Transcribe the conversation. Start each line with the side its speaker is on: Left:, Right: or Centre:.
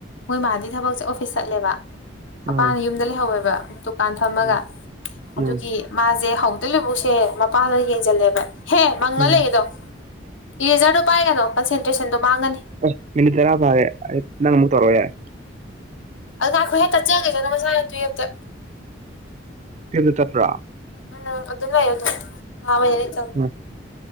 Left: ꯃꯣꯏ ꯃꯥꯗꯤ ꯊꯕꯛꯁꯦ ꯑꯣꯐꯤꯁ ꯆꯠꯂꯦꯕ ꯃꯄꯥꯅ
Right: ꯎꯝ
Left: ꯌꯨꯝꯗ ꯂꯩꯍꯧꯋꯦꯕ ꯇꯨ ꯀꯥꯟ ꯐꯝꯃꯥꯒ
Right: ꯎꯝ
Left: ꯑꯗꯨꯒꯤ
Right: ꯎꯝ
Left: ꯃꯥꯖꯦ ꯍꯧꯕꯗꯩꯩ ꯂꯣꯏꯕꯧꯁꯦ ꯃꯄꯥꯅ ꯌꯦꯡꯖꯜꯂꯦꯕ ꯍꯦ ꯃꯪꯉ
Right: ꯎꯝ
Left: ꯂꯩ ꯑꯗꯣ ꯏꯔꯦꯖꯔꯗꯣ ꯄꯥꯏꯒꯅꯣ ꯀꯟꯁꯟꯇ꯭ꯔꯦꯁꯟꯗꯣ ꯃꯥꯡꯒꯅꯤ
Right: ꯑꯁ ꯃꯤꯃꯤꯠ ꯇꯔꯥ ꯐꯔꯦ ꯑ ꯅꯪ ꯑꯃꯨꯛ ꯇꯧꯔꯣ ꯌꯥꯔꯦ
Left: ꯑꯗꯨꯅ ꯉꯥꯢꯈꯣꯍꯦ ꯇꯠꯆꯈꯤꯆꯥꯅꯣ ꯃꯁꯥꯅ ꯇꯨꯌꯦꯞꯇ
Right: ꯀꯗ ꯇꯠꯄ꯭ꯔꯥ
Left: ꯎꯝ ꯑꯗꯨ ꯂꯩ ꯑꯗꯨ <unintelligible>
Right: ꯎꯝ